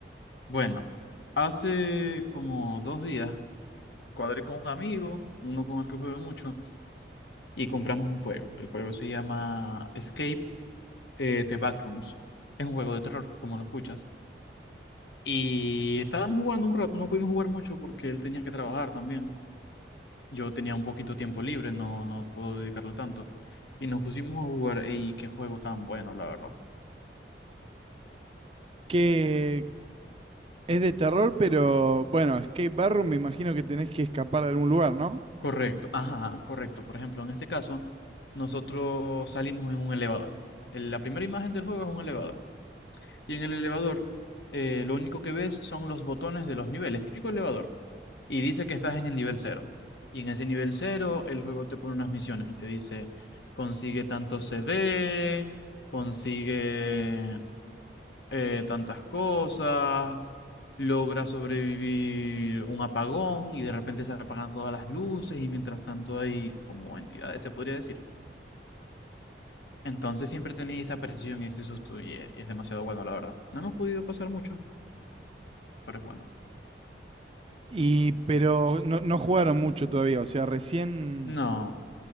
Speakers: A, on the left (about 80°); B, on the right (about 30°).
A: Bueno, hace como dos días cuadré con un amigo, uno con el que juego mucho, y compramos un juego. El juego se llama Escape eh, the Backrooms. Es un juego de terror, como lo escuchas. Y estábamos jugando un rato, no pudimos jugar mucho porque él tenía que trabajar también. yo tenía un poquito tiempo libre, no, no puedo dedicarle tanto. Y nos pusimos a jugar, ey, qué juego tan bueno, la verdad.
B: Que es de terror, pero bueno, Escape Barroom me imagino que tenés que escapar de algún lugar, ¿no?
A: Correcto, ajá, correcto. Por ejemplo, en este caso, nosotros salimos en un elevador. El- La primera imagen del juego es un elevador. Y en el elevador, eh, lo único que ves son los botones de los niveles, típico elevador. y dice que estás en el nivel cero. Y en ese nivel cero, el juego te pone unas misiones y te dice, consigue tanto CD, consigue eh, tantas cosas, logra sobrevivir un apagón y de repente se apagan todas las luces y mientras tanto hay como entidades, se podría decir. Entonces siempre tenéis esa presión y ese susto y es, y es demasiado bueno, la verdad. No hemos podido pasar mucho, pero es bueno.
B: Y, pero no, no jugaron mucho todavía, o sea, recién...
A: No.